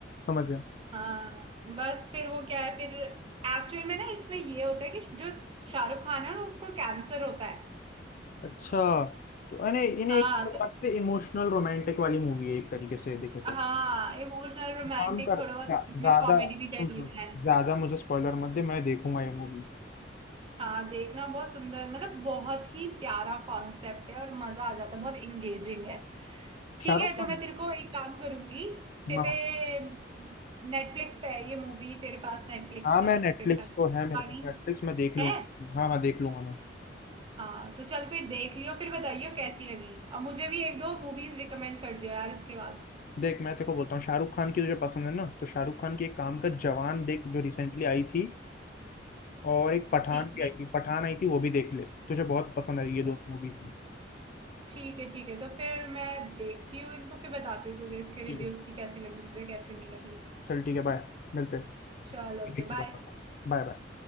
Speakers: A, on the left (about 50°); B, on the right (about 30°).
A: समझ गया
B: हाँ बस फिर वो क्या है फिर एक्चुअल में ना इसमें ये होता है कि जो शाहरुख खान है ना उसको कैंसर होता है
A: अच्छा तो यानी यानी
B: हाँ
A: एक प्रकार
B: तो
A: से इमोशनल रोमांटिक वाली मूवी है एक तरीके से देखे तो
B: हाँ इमोशनल रोमांटिक
A: काम कर
B: थोड़ा
A: ज्या-
B: बहुत बीच
A: ज्यादा
B: में कॉमेडी भी
A: सुन
B: कर
A: सुन
B: लेता है
A: ज्यादा मुझे स्पॉइलर मत दे मैं देखूंगा ये मूवी
B: हाँ देखना बहुत सुंदर मतलब बहुत ही प्यारा कॉन्सेप्ट है और मजा आ जाता है बहुत इंगेजिंग है ठीक
A: शाहरुख
B: है तो
A: खान
B: मैं तेरे को एक काम करूंगी तेरे
A: हाँ
B: पे नेटफ्लिक्स पे है ये मूवी तेरे पास नेटफ्लिक्स
A: हाँ
B: का
A: मैं नेटफ्लिक्स
B: सब्सक्रिप्शन
A: तो है मेरे
B: पानी
A: पास नेटफ्लिक्स मैं देख लूंगा
B: है
A: हाँ हाँ देख लूंगा मैं
B: हाँ तो चल फिर देख लियो फिर बताइयो कैसी लगी और मुझे भी एक दो मूवीज रिकमेंड कर दियो यार इसके बाद
A: देख मैं तेरे को बोलता हूँ शाहरुख खान की तुझे पसंद है ना तो शाहरुख खान की एक काम कर जवान देख जो रिसेंटली आई थी और एक पठान
B: ठीक
A: भी आई थी पठान आई थी वो भी देख ले तुझे बहुत पसंद आई ये दोनों
B: है
A: मूवीज
B: ठीक है ठीक है तो फिर मैं देखती हूँ इनको फिर बताती हूँ तुझे इसके
A: ठीक
B: रिव्यूज
A: है
B: की कैसी लगी मुझे कैसी नहीं लगी
A: चल ठीक है बाय मिलते हैं
B: चलो ओके
A: देख के
B: बाय
A: बताता हूँ Bye bye